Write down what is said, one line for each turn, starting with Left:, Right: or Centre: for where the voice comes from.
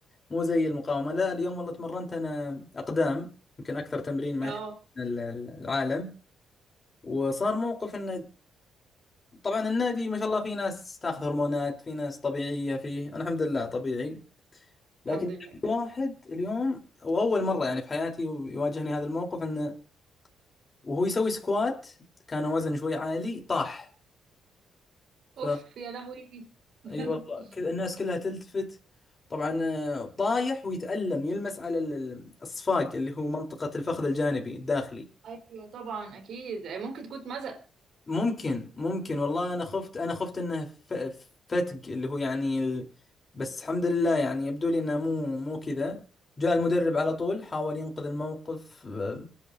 Left: مو زي المقاومة لا اليوم والله تمرنت انا اقدام يمكن اكثر تمرين ما
Right: اه
Left: يحب ال- ال- العالم وصار موقف انه طبعا النادي ما شاء الله في ناس تاخذ هرمونات في ناس طبيعية فيه انا الحمد لله طبيعي لكن
Right: الحمد لله
Left: في واحد اليوم واول مرة يعني في حياتي يواجهني هذا الموقف انه وهو يسوي سكوات كان وزنه شوي عالي طاح ف
Right: اوف يا لهوي <laughs>
Left: اي والله كذا الناس كلها تلتفت طبعا آه، طايح ويتألم يلمس على ال- ال- الصفاق اللي هو منطقة الفخذ الجانبي الداخلي
Right: ايوه طبعا اكيد ممكن تكون مزق
Left: ممكن ممكن والله انا خفت انا خفت انه ف- فتق اللي هو يعني ال... بس الحمد لله يعني يبدو لي انه مو مو كذا جاء المدرب على طول حاول ينقذ الموقف آه،